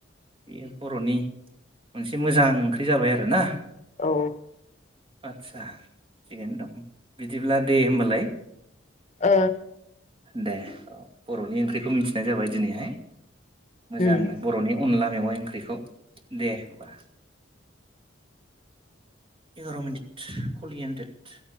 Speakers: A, on the right; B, on the left.
A: बेयो बर'नि मोनसे मोजां ओंख्रि जाबाय आरो ना।
B: औ।
A: आच्छा थिगैनो दं बिदिब्ला दे होमबालाय
B: ओ
A: दे औ बर'नि ओंख्रिखौ मिथिनाय जाबाय दिनैहाय। मोजांनो
B: उम
A: बर'नि अनला मेवाइ ओंख्रिखौ दे ओमबा। एगार' मिनिट कलियन्डेड